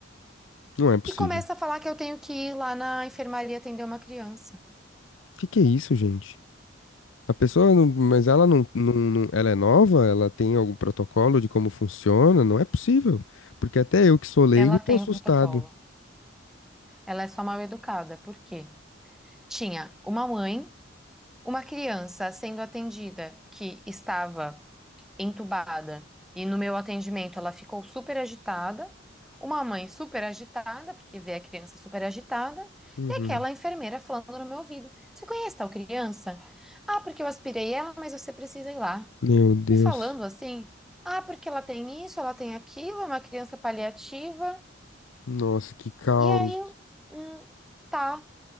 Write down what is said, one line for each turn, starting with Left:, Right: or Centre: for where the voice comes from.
Left: Não é possível.
Centre: e começa a falar que eu tenho que ir lá na enfermaria atender uma criança.
Left: Que que é isso, gente? A pessoa, não- mas ela não, não, não- ela é nova? Ela tem algum protocolo de como funciona? Não é possível. Porque até eu que sou leigo
Centre: Ela
Left: tô
Centre: tem
Left: assustado.
Centre: o protocolo. Ela é só mal educada, por quê? Tinha uma mãe, uma criança sendo atendida que estava entubada e no meu atendimento ela ficou super agitada, uma mãe super agitada, porque vê a criança super agitada,
Left: Uhum.
Centre: e aquela enfermeira falando no meu ouvido: Você conhece tal criança? Ah, porque eu aspirei ela, mas você precisa ir lá.
Left: Meu Deus.
Centre: E falando assim: Ah, porque ela tem isso, ela tem aquilo, é uma criança paliativa.
Left: Nossa, que caos.
Centre: E aí, hum, tá.